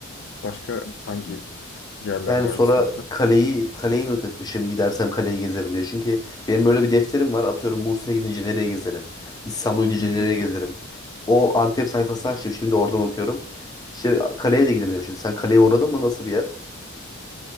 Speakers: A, on the left; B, on the left.
A: Başka hangi yerler
B: Yani
A: var
B: sonra
A: listenizde?
B: kaleyi kaleyi not etmişim gidersem kaleyi gezerim diye. Çünkü benim böyle bir defterim var. Atıyorum Bursa'ya gidince nereye gezerim? İstanbul'a gidince
A: Hı hı.
B: nereye gezerim? O Antep sayfasını açtım. Şimdi oradan okuyorum. İşte kaleye de gidelim demişim. Sen kaleye uğradın mı? Nasıl bir yer?